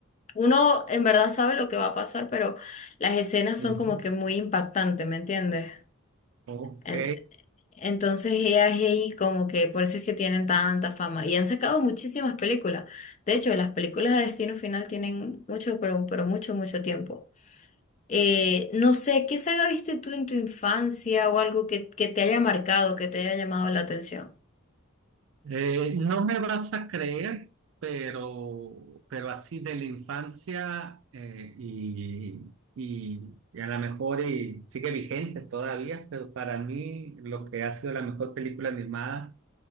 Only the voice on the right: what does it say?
ujú.
Ok.
Eh, no me vas a creer, pero, pero así de la infancia eh, y, y, y a lo mejor y sigue vigente todavía, pero para mí lo que ha sido la mejor película animada,